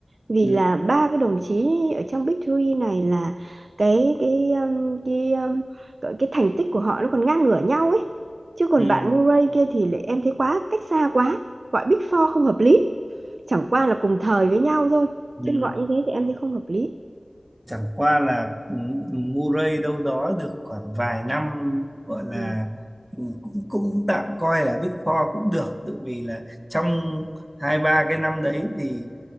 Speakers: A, on the right (about 75°); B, on the right (about 15°).
A: Vì
B: ừ,
A: là ba cái đồng chí ở trong Big Three này là cái cái um, cái um, cái cái thành tích của họ nó còn ngang ngửa nhau ấy. Chứ còn
B: ừ,
A: bạn Murray kia thì lại em thấy quá cách xa quá, gọi Big Four không hợp lý. Chẳng qua là cùng thời với nhau thôi,
B: ừ.
A: chứ gọi như thế thì em thấy không hợp lý.
B: chẳng qua là ừ, ừ, Murray đâu đó được khoảng vài năm gọi là
A: Ừ.
B: ừ, cũng cũng tạm coi là Big Four cũng được tự vì là trong hai ba cái năm đấy thì